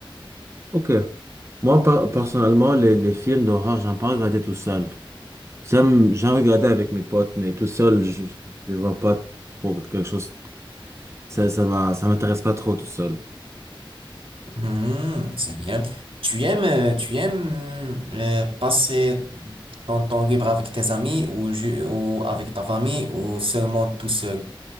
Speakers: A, on the right; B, on the right.
A: Ok. Moi, per- personnellement, les, les films d'horreur, j'aime pas regarder tout seul. J'aime, j'aime regarder avec mes potes, mais tout seul, je, je vois pas trop quelque chose. Ça, ça m'a- ça m'intéresse pas trop tout seul.
B: Hmm, c'est bien. Tu aimes, euh, tu aimes euh, passer ton temps libre avec tes amis ou, ju- ou avec ta famille ou seulement tout seul?